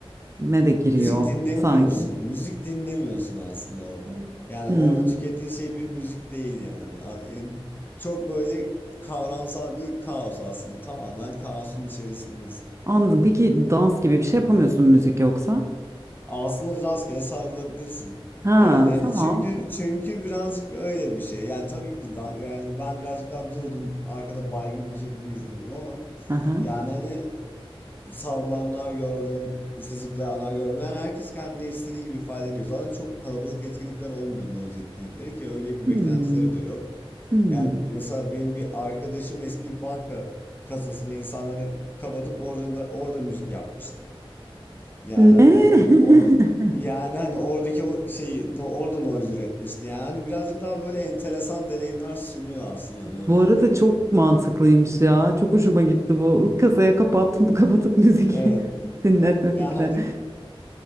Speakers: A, on the right; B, on the left.
A: de giriyor
B: Müzik dinlemiyorsun.
A: sanki.
B: Müzik dinlemiyorsun aslında orada.
A: Hmm.
B: Yani
A: Hmm,
B: orada tükettiğin şey bir müzik değil yani. A- e, Çok böyle kavramsal bir kaos aslında. Tamamen kaosun içerisindesin.
A: Anladım. Peki dans gibi bir şey
B: <laughs>
A: yapamıyorsun müzik yoksa?
B: Aslında rastgele savrulabilirsin.
A: Ha
B: Yani hani
A: tamam.
B: çünkü çünkü birazcık öyle bir şey. Yani tabii ki da, yani ben birazcık daha durdum arkada baygın bir şekilde izliyordum ama
A: Aha.
B: yani hani savrulanlar gördüm, işte zıplayanlar gördüm. Yani herkes kendini istediği gibi ifade ediyor. Zaten çok kalabalık etkinlikler olmuyor noise etkinlikleri ki öyle bir
A: Hmm.
B: beklentileri de yok.
A: Hmm.
B: Yani mesela benim bir arkadaşım eski bir banka kasasına insanları kapatıp orada orada müzik yapmıştı. Yani
A: Ne? <laughs>
B: hani onu yani hani oradaki o şeyi no, orada noise üretmişti. Yani hani birazcık daha böyle enteresan deneyimler sunuyor aslında noise
A: Bu arada
B: deneyimleri.
A: çok mantıklıymış
B: <laughs>
A: ya. Çok hoşuma gitti bu. Kasaya kapat, <laughs> kapatıp müzik
B: Evet.
A: <laughs> dinletme
B: Ya
A: fikri.
B: hani